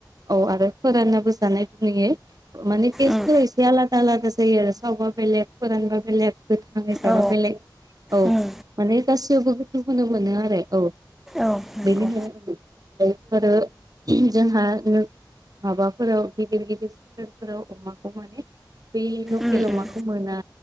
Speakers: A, on the right; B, in the centre.
A: औ आरो फोराननाबो जानाय खौ नुयो। माने टेस्टफोरा
B: उम
A: एसे आलादा आलादा जायो आरो सावबा बेलेग फोरानबा बेलेग गोथाङै जाबा
B: औ
A: बेलेग औ
B: उम
A: माने गासैयावबो गोथाव खोनो मोनो आरो औ।
B: औ नंगौ
A: बेनिखायनो बैफोरो जोंहा नों माबाफोराव गिदिर गिदिर सहरफोराव अमाखौ माने बै लकेल
B: उम
A: अमाखौ
B: उम
A: मोना